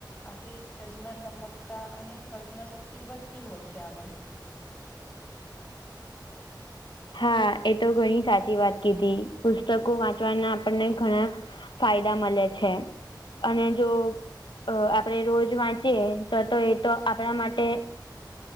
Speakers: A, on the left; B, on the left.
A: આથી સર્જનાત્મકતા અને કલ્પના શક્તિ વધતી હોય છે આપડી.
B: હા એ તો ઘણી સાચી વાત કીધી. પુસ્તકો વાંચવાના આપણને ઘણા ફાયદા મલે છે. અને જો અહ આપણે રોજ વાંચીએ તો-તો એ તો આપણા માટે